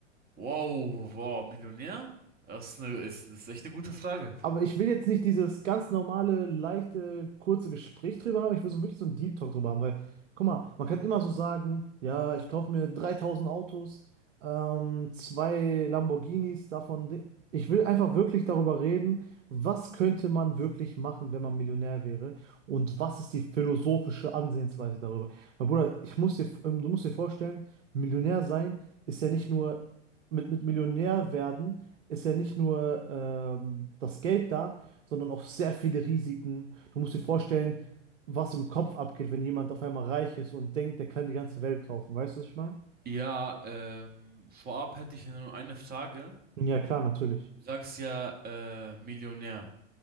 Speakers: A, on the right; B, on the right.
A: Wow, wow, Millionär? Das ist eine, ist, ist echt eine gute Frage.
B: Aber ich will jetzt nicht dieses ganz normale, leichte, kurze Gespräch drüber haben. Ich will so wirklich so einen Deep Talk drüber haben, weil, guck mal, man kann immer so sagen, ja, ich kaufe mir 3000 Autos, ähm, zwei Lamborghinis davon. de- Ich will einfach wirklich darüber reden, was könnte man wirklich machen, wenn man Millionär wäre und was ist die philosophische Ansehensweise darüber. Weil, Bruder, ich muss dir, ähm, du musst dir vorstellen, Millionär sein ist ja nicht nur mit, mit Millionär werden ist ja nicht nur ähm, das Geld da, sondern auch sehr viele Risiken. Du musst dir vorstellen, was im Kopf abgeht, wenn jemand auf einmal reich ist und denkt, der kann die ganze Welt kaufen. Weißt du, was ich meine?
A: Ja, ähm, vorab hätte ich ja nur eine Frage.
B: Ja, klar, natürlich.
A: Du sagst ja, äh, Millionär.